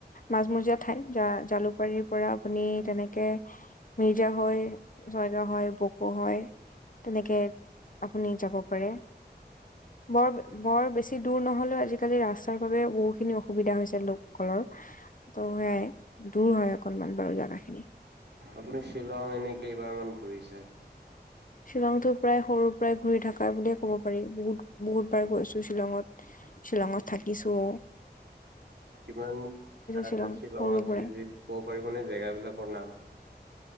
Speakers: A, on the left (about 50°); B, on the right (about 80°).
A: মাজমজীয়া ঠাই জা-জালুকবাৰীৰ পৰা আপুনি তেনেকে মিৰ্জা হৈ, চয়গাওঁ হৈ বোকো হৈ তেনেকে আপুনি যাব পাৰে। বৰ বৰ বেছি দূৰ নহ'লেও আজিকালি ৰাস্তাৰ বাবে বহুখিনি অসুবিধা হৈছে লোকসকলৰ। ত' সেয়াই, দূৰ হয় অকনমান বাৰু জাগাখিনি।
B: আপুনি শ্বিলং এনে কেইবাৰমান ঘুৰিছে?
A: শ্বিলংতো প্ৰায় সৰুৰ পৰাই ঘূৰি থকা বুলিয়ে ক'ব পাৰি, বহুত বহুত বাৰ গৈছোঁ শ্বিলঙত। শ্বিলঙত থাকিছোঁ
B: কিমান আ,
A: শ্বিলং
B: শ্বিলঙত
A: সৰুৰ পৰাই
B: যি যি ক'ব পাৰিবনে জেগাবিলাকৰ নাম?